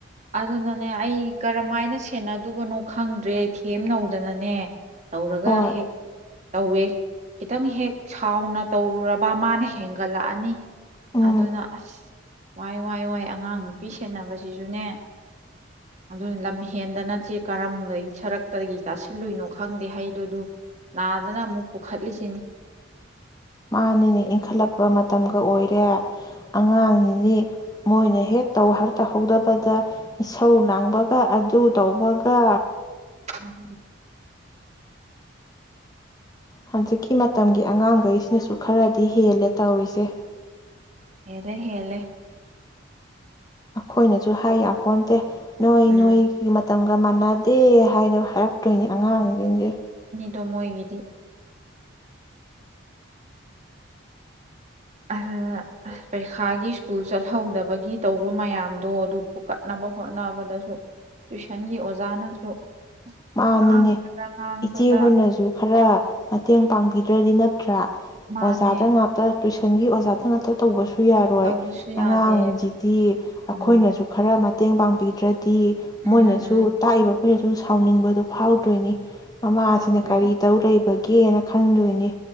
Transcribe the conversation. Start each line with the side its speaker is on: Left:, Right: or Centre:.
Right: ꯑꯗꯨꯅꯅꯦ ꯑꯩ ꯀꯔꯝꯥꯏꯅ ꯁꯦꯟꯅꯗꯕꯅꯣ ꯈꯪꯗ꯭ꯔꯦ ꯊꯦꯝꯅꯧꯗꯅꯅꯦ ꯇꯧꯔꯒ
Left: ꯍꯣꯏ
Right: ꯍꯦꯛ ꯇꯧꯋꯦ ꯈꯤꯇꯪ ꯍꯦꯛ ꯁꯥꯎꯅ ꯇꯧꯔꯨꯔꯕ ꯃꯥꯅ ꯍꯦꯟꯒꯠꯂꯛꯑꯅꯤ
Left: ꯎꯝ
Right: ꯑꯗꯨꯅ ꯑꯁ ꯋꯥꯏ ꯋꯥꯏ ꯋꯥꯏ ꯑꯉꯥꯡ ꯅꯨꯄꯤ ꯁꯦꯟꯅꯕꯁꯤꯁꯨꯅꯦ ꯑꯗꯨꯅ ꯂꯝ ꯍꯦꯟꯗ ꯅꯠꯇꯦ ꯀꯔꯝꯩ ꯁꯔꯛꯇꯒꯤ ꯆꯥꯁꯤꯜꯂꯨꯏꯅꯣ ꯈꯪꯗꯦ ꯍꯩꯗꯨꯗꯨ ꯅꯥꯗꯅ ꯑꯃꯨꯛ ꯄꯨꯈꯠꯂꯤꯁꯤꯅꯤ
Left: ꯃꯥꯅꯤꯅꯦ ꯏꯟꯈꯠꯂꯛꯄ ꯃꯇꯝꯒ ꯑꯣꯏꯔꯦ ꯑꯉꯥꯡꯅꯤꯅꯤ ꯃꯣꯏꯅ ꯍꯦꯛ ꯇꯧ ꯍꯛꯇꯍꯧꯗꯕꯗ ꯏꯁꯧ ꯂꯥꯡꯕꯒ ꯑꯗꯨ ꯇꯧꯕꯒ
Right: ꯎꯝ
Left: ꯍꯧꯖꯤꯛꯀꯤ ꯃꯇꯝꯒꯤ ꯑꯉꯥꯡꯈꯩꯁꯤꯅꯁꯨ ꯈꯔꯗꯤ ꯍꯦꯜꯂꯦ ꯇꯧꯔꯤꯁꯦ
Right: ꯍꯦꯂꯦ ꯍꯦꯂꯦ
Left: ꯑꯩꯈꯣꯏꯅꯁꯨ ꯍꯥꯏ ꯌꯥꯝ ꯄꯣꯟꯇꯦ ꯅꯣꯏ
Right: ꯎꯝ
Left: ꯅꯣꯏꯒꯤ ꯃꯇꯝ ꯑꯗꯨꯒ ꯃꯥꯟꯅꯗꯦ ꯍꯥꯏꯅ ꯊꯔꯛꯇꯣꯏꯅꯤ ꯑꯉꯥꯡꯁꯤꯡꯁꯦ
Right: ꯗꯃꯣꯏꯒꯤꯗꯤ ꯑꯗꯨ ꯄꯩꯈꯥꯒꯤ ꯁ꯭ꯀꯨꯜ ꯆꯠꯍꯧꯗꯕꯒꯤ ꯇꯧꯕ ꯃꯌꯥꯝꯗꯣ ꯑꯗꯨ ꯐꯨꯀꯠꯅꯕ ꯍꯣꯠꯅꯕꯗꯁꯨ ꯇꯨꯏꯁꯟꯒꯤ ꯑꯣꯖꯥꯅꯁꯨ
Left: ꯃꯥꯅꯤꯅꯦ
Right: ꯉꯥꯡꯕꯗ ꯉꯥꯡꯕꯗ
Left: ꯏꯆꯦ ꯍꯣꯏꯅꯖꯨ ꯈꯔ ꯃꯇꯦꯡ ꯄꯥꯡꯕꯤ꯫ ꯗ꯭ꯔꯗꯤ ꯅꯠꯇ꯭ꯔꯥ꯫
Right: ꯃꯥꯅꯦ
Left: ꯑꯣꯖꯥꯗ ꯉꯥꯛꯇ ꯇꯨꯏꯁꯟꯒꯤ ꯑꯣꯖꯥꯗ ꯉꯥꯛꯇ ꯇꯧꯕꯁꯨ ꯁꯨ ꯌꯥꯔꯣꯏ
Right: ꯇꯧꯕꯁꯨ ꯌꯥꯗꯦ
Left: ꯑꯉꯥꯡꯖꯤꯗꯤ
Right: ꯎꯝ
Left: ꯑꯩꯈꯣꯏꯅꯁꯨ ꯈꯔ ꯃꯠ ꯃꯇꯦꯡ ꯄꯥꯡꯕꯤꯗ꯭ꯔꯗꯤ꯫ ꯗꯤ
Right: ꯎꯝ
Left: ꯃꯣꯏꯅꯁꯨ
Right: ꯎꯝ
Left: ꯇꯥꯛꯏꯕ ꯁꯥꯎꯅꯤꯡꯕꯗꯣ ꯐꯥꯎꯗ꯭ꯣꯏꯅꯤ꯫ ꯃꯃꯥꯁꯤꯅ
Right: ꯐꯥꯎꯗꯣꯏꯅꯤ
Left: ꯀꯔꯤ ꯇꯧ ꯂꯩꯕꯒꯦꯅ ꯈꯟꯗꯣꯏꯅꯤ꯫